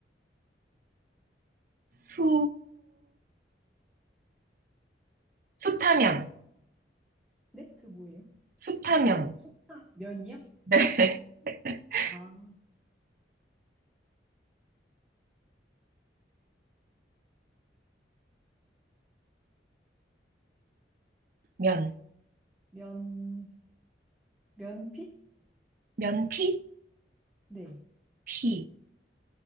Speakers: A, on the right (about 50°); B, in the centre.
A: 수, 수타면,
B: 네? 그게 뭐예요?
A: 수타면,
B: 속타 면이요?
A: 네, <laughs>
B: 아,
A: 면,
B: 면, 면피?
A: 면피,
B: 네.
A: 피,